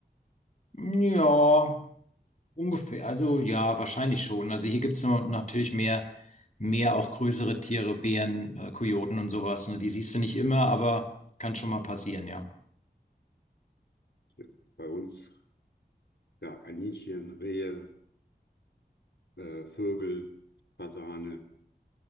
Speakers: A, on the left; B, on the left.
A: Ja, ungefähr. Also ja, wahrscheinlich schon. Also hier gibt es natürlich mehr, mehr auch größere Tiere, Bären, äh, Kojoten und sowas. Ne? Die siehst du nicht immer, aber kann schon mal passieren, ja.
B: Ja, Bei uns, ja, Kaninchen, Rehe, äh, Vögel, Fasane,